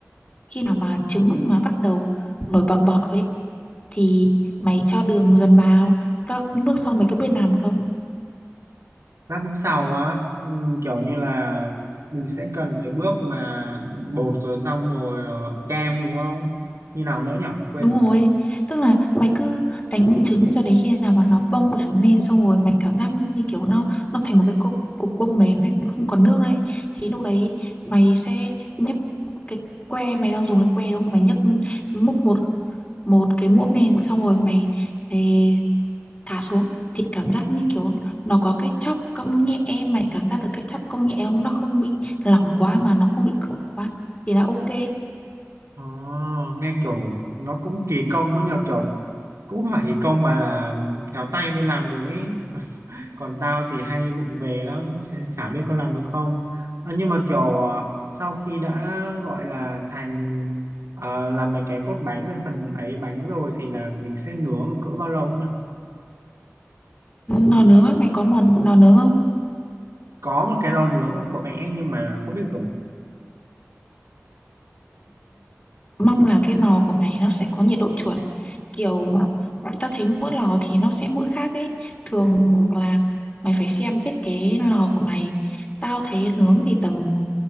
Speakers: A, on the left (about 30°); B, on the right (about 80°).
A: khi nào mà trứng
B: Ừ.
A: mà bắt đầu nổi bọt bọt rồi ấy, thì mày cho đường dần vào các bước sau mày có biết làm không
B: các bước sau á ừm, kiểu như là mình sẽ cần cái bước mà bột rồi xong rồi ờ, kem đúng không như nào nữa nhở quên
A: Đúng
B: rồi
A: rồi, tức là mày cứ đánh trứng cho đến khi nào mà nó bông hẳn lên xong rồi mày cảm giác như kiểu nó nó thành một cái cục cục bông mềm ấy, không còn nước đấy. Thì lúc đấy mày sẽ nhấc cái que mày đang dùng cái que đúng không? Mày nhấc múc một một cái muỗng lên xong rồi mày ấy, thả xuống thì cảm giác như kiểu nó có cái chóp cong nhẹ mày cảm giác được cái chóp cong nhẹ không? Nó không bị lỏng quá mà nó không bị cứng quá thì là ok.
B: Ồ, nghe kiểu nó cũng kỳ công ấy nhờ kiểu cũng không phải kỳ công mà là khéo tay mới làm được ý <laughs> còn tao thì hay vụng về lắm ch- chả biết có làm được không à, nhưng mà kiểu ờ, sau khi đã gọi là thành ờ, làm mấy cái cốt bánh với phần ấy bánh rồi thì là mình sẽ nướng cỡ bao lâu nhỉ
A: Nò nướng á, mày có món nò nướng không?
B: có một cái lò nướng của mẹ nhưng mà không biết dùng
A: mong là cái lò của mày nó sẽ có nhiệt độ chuẩn kiểu ta thấy mỗi lò thì nó sẽ mỗi khác ấy thường là mày phải xem thiết kế lò của mày tao thấy nướng thì tầm